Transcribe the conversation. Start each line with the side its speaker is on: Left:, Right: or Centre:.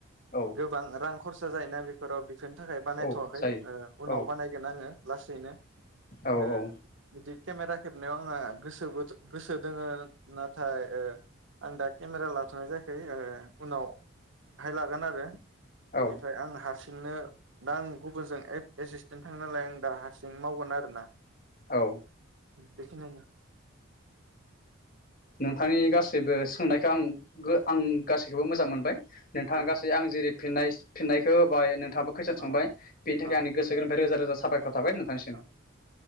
Left: औ
Right: गोबां रां खरसा जायोना बे फोराव बेनि थाखाय बानायथ'वाखै
Left: औ जायो
Right: ओ उनाव
Left: औ
Right: बानायगोन आङो लासैनो।
Left: औ
Right: ओ बिदि केमेरा खेबनायाव आंहा गोसोबो गोसो दोङो नाथाय ओ आं दा केमेरा लाथ'नाय जायाखै ओ उनावहाय लागोन आरो।
Left: औ
Right: बेनिफ्राय आं हार सिंनो दा आं गुबुनजों ए-एसिसटेन्ट थाङो नालाय आं दा हारसिं मावगोन आरोना।
Left: औ।
Right: बेखिनियानो।
Left: नोंथांनि गासैबो सोंनायखौ आं गो आं गासैखौबो मोजां मोनबाय। नोंथाङा
Right: अ
Left: गासै आं जेरै फिननाय फिननायखौ होबाय नों थाङाबो खुईसन
Right: अ
Left: सोंबाय बेनि थाखाय
Right: अ
Left: आंनि गोसो गोरबोनिफ्राय रोजा रोजा साबाय आसा थाबाय नोंथांनिसिम।
Right: अ